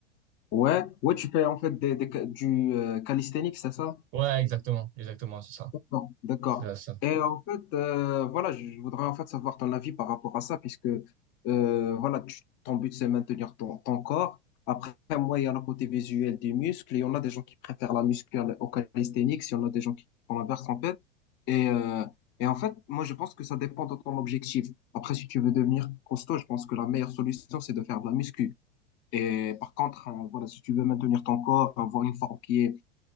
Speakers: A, on the left; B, on the right.
A: Ouais. Ouais, tu fais en fait des, des ca- du euh, calisthenics, c'est ça?
B: Ouais, exactement, exactement, c'est ça,
A: D'accord. d'accord.
B: c'est ça. c'est ça.
A: Et en fait, euh, voilà, je je voudrais en fait savoir ton avis par rapport à ça, puisque euh, voilà, tu- ton but c'est maintenir ton, ton corps. Après, moi, il y a le côté visuel des muscles, et on a des gens qui préfèrent la musculaire au calisthénique, si on a des gens qui font l'inverse en fait. Et, euh, et en fait, moi, je pense que ça dépend de ton objectif. Après, si tu veux devenir costaud, je pense que la meilleure solution, c'est de faire de la muscu. Et par contre, euh, voilà, si tu veux maintenir ton corps, avoir une forme qui est,